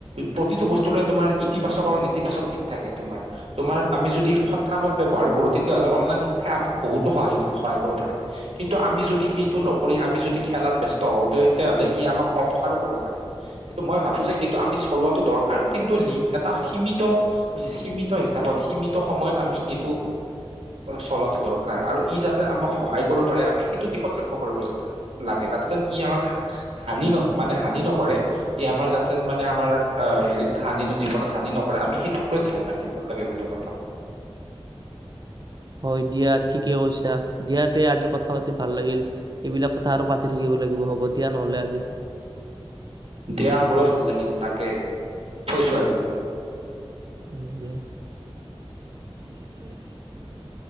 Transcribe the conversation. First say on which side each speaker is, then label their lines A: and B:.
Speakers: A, on the right; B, on the right.
A: প্ৰতিটো বস্তুৰে তোমাৰ ইতিবাচক আৰু নেতিবাচক দিশ থাকে তোমাৰ তোমাৰ আমি যদি সৎ কামত ব্যৱহাৰ কৰো তেতিয়াহলে অনলাইন শিক্ষাই আমাক বহুতো সহায় সহায় কৰিব পাৰে কিন্তু আমি যদি সেইটো নকৰি আমি যদি খেলাত ব্যস্ত হওঁ তেতিয়াহ'লে ই আমাক উপকাৰো কৰিব পাৰে কিন্তু মই ভাবো যে এইটো আমি চলোৱাটো দৰকাৰ কিন্তু এটা সীমিত সীমিত হিচাপত সীমিত সময়ত আমি এইটো চলোৱাটো দৰকাৰ আৰু ই যাতে আমাক সহায় কৰিব পাৰে আমি সেইটো দিশত লক্ষ্য কৰিব যাতে লাগে যাতে যেন ই আমাক হানি ন মানে হানি নকৰে ই আমাৰ জাতে মানে আমাৰ আহ হেৰিত হানি জীৱনত হানি নকৰে আমি সেইটোক লৈ ধ্যান ৰাখিব লাগে বুলি মই ভাবোঁ
B: হয় দিয়া ঠিকে কৈছা দিয়া দে আজি কথা পাতি ভাল লাগিল এইবিলাক কথা আৰু পাতি থাকিব লাগিব হ'ব দিয়া নহ'লে আজি
A: দিয়া মোৰো ভাল লাগিল তাকে থৈছোঁ আজিলৈ
B: উম দিয়া উম